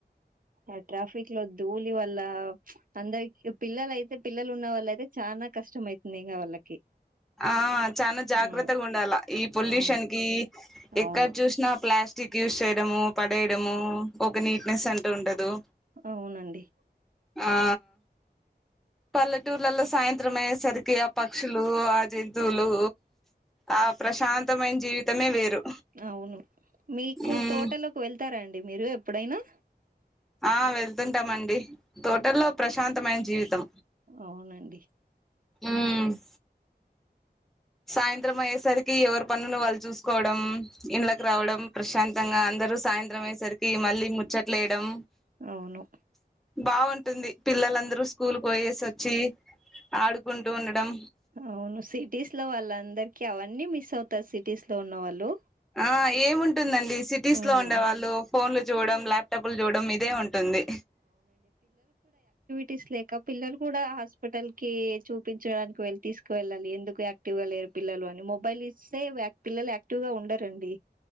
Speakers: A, on the right; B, in the centre.
A: ఆ ట్రాఫిక్ లో ధూళి వల్ల అందరి పిల్లల అయితే పిల్లలు ఉన్న వాళ్ళ అయితే చాన్ నకష్టమయ్తుందిగా వాళ్ళకి
B: ఆ చాన జాగ్రత్తగ
A: ఉమ్
B: ఉండాల ఈ పొల్యూషన్
A: అవును
B: కి
A: అవును
B: ఎక్కడ్ చూసినా ప్లాస్ టిక్ యూస్ చేయడము పడేయడము ఒక నీట్నెస్ అంటూ ఉండదు
A: ఔనండి
B: ఆ పల్లెటూర్లల్లో సాయంత్రం అయె సరికి ఆ పక్షులు ఆ జంతువులు ఆ ప్రశాంతమైన జీవితమే వేరు
A: అవును మీకు
B: ఉమ్
A: తోటలోకి వెళ్తరా అండి మీరు ఎప్పుడైనా
B: ఆ వెళ్తుంటం అండి తోటల్లో ప్రశాంతమైన జీవితం
A: ఔనండి
B: ఊ మ్ సాయంత్రం అయ్యేసరికి ఎవర్ పనులు వాళ్ళు చూసుకోవడం ఇంళకి రావడం ప్రశాంతంగా అందరు సాయంత్రం అయేస్ సరికి మళ్ళీ ముచ్చట్లేయడం
A: అవును
B: బాగుంటుంది పిల్లలందరూ స్ స్కూల్ కి పోయేస్ ఒచ్చి ఆడుకుంటూ ఉండడం
A: అవును సిటీస్ లో వాళ్ళందర్కి అవన్నీ మిస్ అవుతర్ సిటీస్ లో ఉన్నవాళ్ళు
B: ఆ ఏముంటుందండి సిటీస్
A: ఉమ్
B: లో ఉండేవాళ్ళు పోన్లు చూడం ల్యాప్టాప్లు చూడం ఇదే ఉంటుంది
A: తిస్ లేక పిల్లలు కూడా హాస్పిటల్ కి చూపించడానికి వెళ్ళ్ తీసుకువెళ్ళాలి ఎందుకు యాక్టివ్ గా లేర్ పిల్లలు అని మొబైల్ ఇస్తే యాక్ట్ పిల్లలు యాక్టివ్ గా ఉండరండి